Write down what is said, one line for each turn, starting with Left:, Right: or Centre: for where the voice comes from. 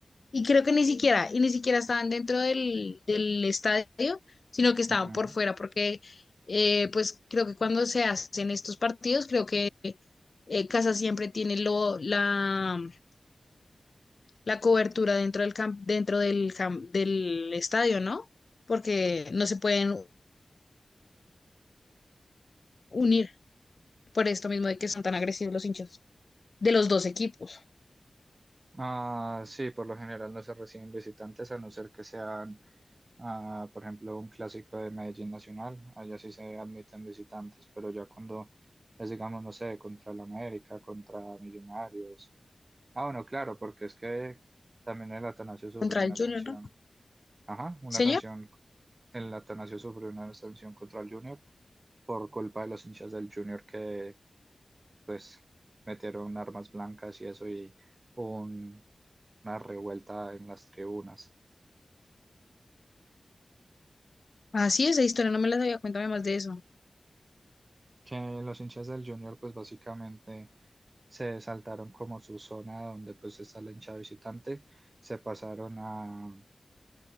Left: Y creo que ni siquiera, y ni siquiera estaban dentro del, del estadio, sino que estaban
Right: Ujú.
Left: por fuera, porque eh, pues creo que cuando se hacen estos partidos, creo que eh, Casa siempre tiene lo, la, la cobertura dentro del camp- dentro del, cam- del estadio, ¿no? Porque no se pueden unir por esto mismo de que son tan agresivos los hinchas de los dos equipos
Right: Ah, sí, por lo general no se reciben visitantes a no ser que sean, ah, por ejemplo, un clásico de Medellín Nacional. Allá sí se admiten visitantes, pero ya cuando es, digamos, no sé, contra el América, contra Millonarios. Ah, bueno, claro, porque es que también el Atanasio sufrió
Left: contra
Right: una
Left: el Junior,
Right: sanción.
Left: ¿no?
Right: Ajá, una
Left: Señor,
Right: sanción. El Atanasio sufrió una sanción contra el Junior por culpa de los hinchas del Junior que pues metieron armas blancas y eso y hubo un- una revuelta en las tribunas.
Left: así es, esa historia no me la sabía, cuéntame más de eso.
Right: Que los hinchas del Junior pues básicamente se saltaron como su zona donde pues está la hinchada visitante, se pasaron a